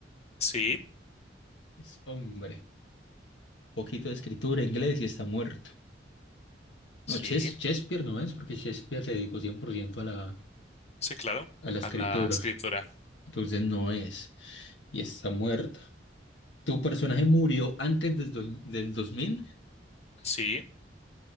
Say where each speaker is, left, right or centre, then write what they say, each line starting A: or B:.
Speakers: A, on the left; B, on the left.
A: sí,
B: Es hombre. Un poquito de escritura, inglés y está muerto.
A: sí,
B: No, Ches- Shakespeare no es, porque Shakespeare se dedicó 100% a la,
A: sí, claro,
B: a la escritura.
A: a la escritora,
B: Entonces no es. Y está muerta. ¿Tu personaje murió antes del, do- del dos mil
A: sí,